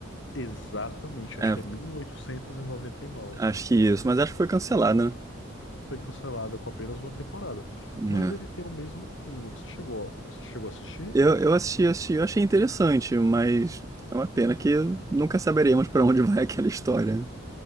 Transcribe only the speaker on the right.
É,
acho que isso. Mas acho que foi cancelada,
né?
Eu, eu assisti, assisti, eu achei interessante, mas é uma pena que nunca saberemos pra onde vai <laughs> aquela história.